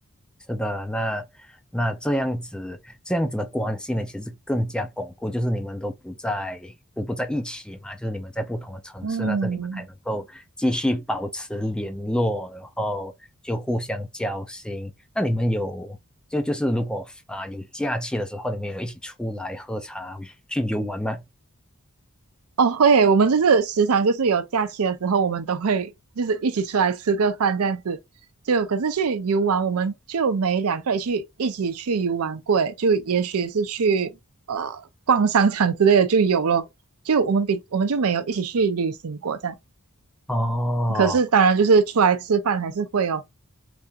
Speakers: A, in the centre; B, on the right.
A: 是的，那那这样子，这样子的关系呢，其实更加巩固，就是你们都不在不不在一起嘛，就是你们在不同的城市，
B: <laughs> 嗯。
A: 但是你们还能够继续保持联络，然后就互相交心。那你们有就就是如果啊、有假期的时候，你们有一起出来喝茶去游玩吗？
B: 哦，会，我们就是时常就是有假期的时候，我们都会就是一起出来吃个饭这样子。就可是去游玩，我们就没两个人去一起去游玩过，诶就也许是去呃逛商场之类的就有咯。就我们比我们就没有一起去旅行过这样。
A: 哦，
B: 可是当然就是出来吃饭还是会哦。